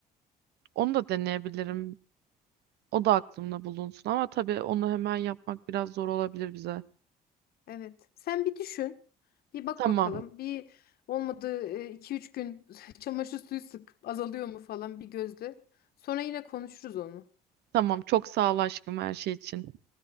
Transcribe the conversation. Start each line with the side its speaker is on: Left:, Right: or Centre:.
Right: onu da deneyebilirim. O da aklımda bulunsun ama tabii onu hemen yapmak biraz zor olabilir bize.
Left: Evet. Sen bir düşün. Bir bak
Right: Tamam.
Left: bakalım. Bir olmadı iki üç gün <laughs> çamaşır suyu sık azalıyor mu falan bir gözle. Sonra yine konuşuruz onu.
Right: Tamam. Çok sağ ol aşkım her şey için.